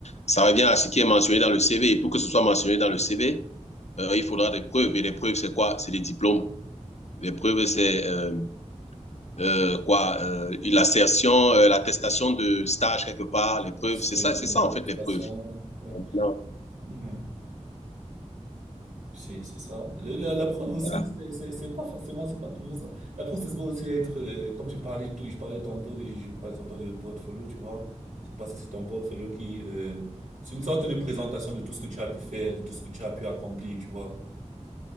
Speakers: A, on the left; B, on the right.
A: ça revient à ce qui est mentionné dans le CV. Et pour que ce soit mentionné dans le CV, euh, il faudra des preuves. Et les preuves, c'est quoi? C'est les diplômes. Les preuves, c'est euh, euh, quoi euh, L'assertion, euh, l'attestation de stage quelque part. Les
B: Ouais,
A: preuves,
B: c'est
A: c'est ça,
B: le centre
A: c'est
B: de
A: ça
B: ouais.
A: en fait les preuves. Non,
B: ouais. Mhm. C'est, c'est ça. Le- La, la preuve aussi,
A: voilà.
B: c'est c'est- c'est pas forcément, c'est pas toujours ça. La preuve, c'est aussi être, euh, comme j'ai parlé, tout- je parlais tantôt, de, je parlais tantôt de portfolio, tu vois. C'est parce que c'est ton portfolio qui, euh, c'est une sorte de présentation de tout ce que tu as pu faire, de tout ce que tu as pu accomplir, tu vois.